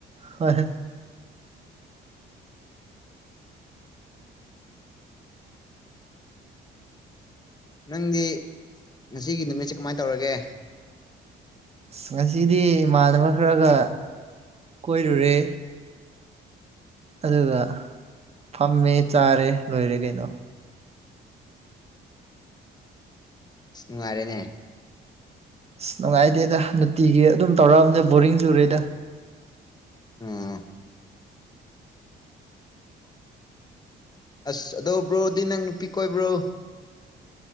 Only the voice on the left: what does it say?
ꯅꯪꯗꯤ ꯉꯁꯤꯒꯤ ꯅꯨꯃꯤꯠꯁꯦ ꯀꯃꯥꯏ ꯇꯧꯔꯒꯦ
ꯑꯁ ꯅꯨꯡꯉꯥꯏꯔꯦꯅꯦ
ꯑ ꯑꯁ ꯑꯗꯣ ꯕ꯭ꯔꯣꯗꯤ ꯅꯪ ꯅꯨꯄꯤ ꯀꯣꯏꯕ꯭ꯔꯣ